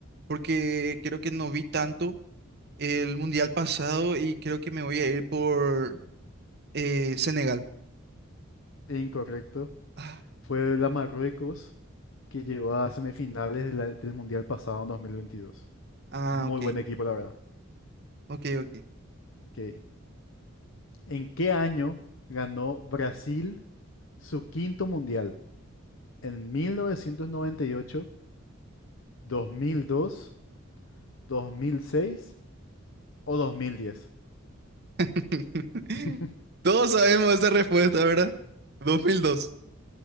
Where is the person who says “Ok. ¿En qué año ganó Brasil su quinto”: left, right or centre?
Left